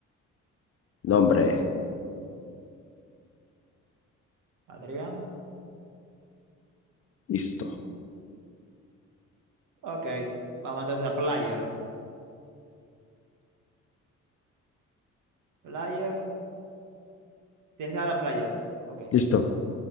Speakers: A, on the left; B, on the right.
A: No, hombre.
B: Adrián.
A: Listo,
B: Ok. Vamos entonces a player. Player. Tienes que dar a player. Ok.
A: listo.